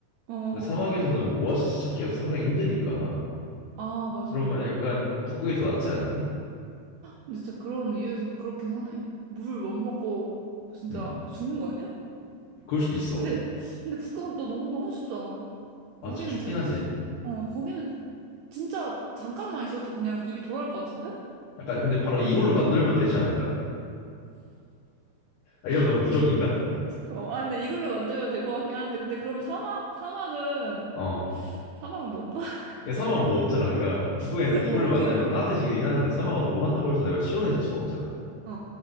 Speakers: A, on the right (about 80°); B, on the left (about 80°).
A: 어, 어.
B: 근데 사막에서는 뭐 오아시스 찾기가 상당히 힘드니까
A: 아, 맞아.
B: 그러면 약간 북극이 더 낫지 않을까?
A: 근데 진짜 그런 이유에서는 그렇긴 하네. 물 못 먹고, 진짜
B: 음,
A: 죽는 거 아니야?
B: 그럴 수도 있어.
A: 근데 근데 북극은 또 너무 너무 춥잖아.
B: 아,
A: 거기는
B: 진짜 춥긴
A: 진짜
B: 하지.
A: 진- 어 거기는 진짜 잠깐만 있어도 그냥 입이 돌아갈 것 같은데?
B: 약간 근데 바로 이걸로 만들면 되지 않을까? 아, 이러면 너무 무적인가?
A: 어, 아 근데 이걸로 만들면 될 것 같긴 한데 근데 그럼 사막 사막은
B: 어.
A: 사막은 뭐 없나? <laughs>
B: 이게 사막은 뭐 없잖아. 그러니까 북극엔
A: 진짜
B: 이걸로
A: 뭐 없긴
B: 만들면
A: 해.
B: 따뜻해지긴
A: 어.
B: 하는데 사막은 뭐 한다고 해서 내가 시원해질 수가 없잖아.
A: 어,